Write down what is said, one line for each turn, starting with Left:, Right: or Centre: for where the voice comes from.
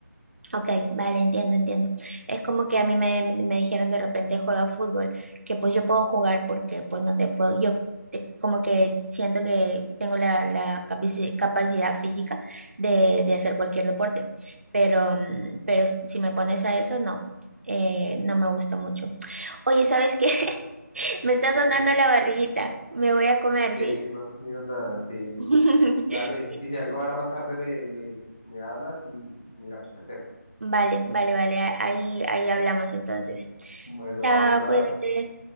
Right: Ok, vale, entiendo, entiendo. Es como que a mí me, me dijeron de repente juega fútbol, que pues yo puedo jugar porque pues no sé, puedo, yo te- como que siento que tengo la, la capaci- capacidad física de, de hacer cualquier deporte, pero, mm, pero si me pones a eso, no, eh, no me gusta mucho. Oye, ¿sabes qué?
Left: Exacto,
Right: <laughs> Me está
Left: sí,
Right: sonando
Left: muy-
Right: la barriguita, me voy a comer,
Left: sí,
Right: ¿sí?
Left: no has comido nada, sí,
Right: <laughs>
Left: dale.
Right: Sí,
Left: Y si algo ahora más tarde me, me, me hablas y y mira, pues qué hacer.
Right: vale, vale, vale, ahí, ahí hablamos entonces.
Left: Bueno,
Right: Chao,
Left: dale, un abrazo.
Right: cuídate.